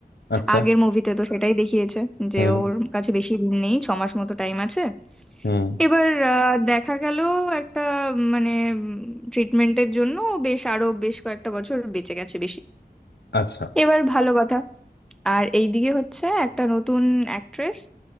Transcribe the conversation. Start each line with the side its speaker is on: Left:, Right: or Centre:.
Left: আচ্ছা
Centre: আগের মুভিতে তো সেটাই দেখিয়েছে যে
Left: হুম
Centre: ওর কাছে বেশি দিন নেই ছ মাস মতো টাইম আছে
Left: হুম
Centre: এবার আহ, দেখা গেল একটা মানে, উম, মানে ট্রিটমেন্টের জন্য ও বেশ আরো বেশ কয়েকটা বছর বেঁচে গেছে বেশি
Left: আচ্ছা
Centre: এবার ভালো কথা আর এইদিকে হচ্ছে একটা নতুন অ্যাক্ট্রেস